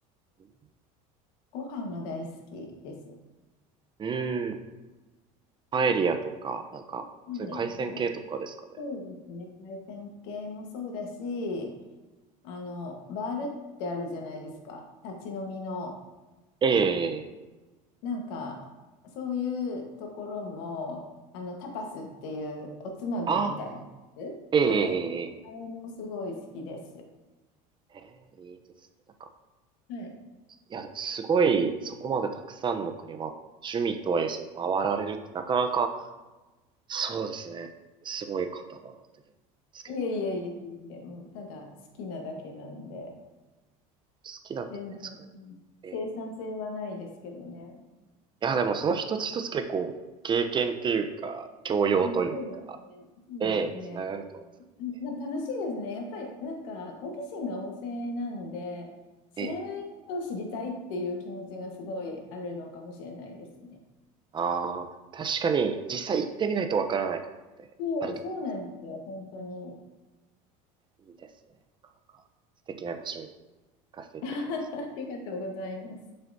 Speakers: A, on the right; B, on the left.
A: う
B: ご飯が大好きです。
A: ん。パエリアとか、なんか、
B: はい。
A: そういう海鮮系とかですかね。
B: はいそうですね。対戦系もそうだし、あの、バールってあるじゃないですか。立ち飲みの。
A: ええええええ
B: なんか、そういうところも、あの、タパスっていうおつまみみたいなやつ。
A: ああ、ええ、
B: はい。
A: ええ、
B: あれもすごい好きです。
A: ええ、ええいいですね。なんか、
B: はい。
A: いや、でもすごい、そこまでたくさんの国は、趣味とはいえ、そう、回られるって、なかなか、そうですね。すごい方だな、というふうに思いますけど。
B: いえいえいえいえ、もうただ好きなだけなんで、
A: 好きだとね、
B: 全然
A: そういう。ええ。
B: 生産性はないですけどね。
A: いや、でもその一つ一つ結構、経験っていうか、教養というか、
B: まあ、そうですね。そうですね。
A: ええ、つながると思いますからね。
B: まあ、楽しいですね。やっぱりなんか好奇心が旺盛なんで、知らないことを知りたいっていう気持ちがすごいあるのかもしれないですね。
A: ええ。ああ、まあ確かに、実際行ってみないとわからないことってあると思
B: そう、そうなんですよ、本当に。
A: う。いいですね。なかなか素敵なご趣味を聞かせていただきました。
B: <laughs> ありがとうございます。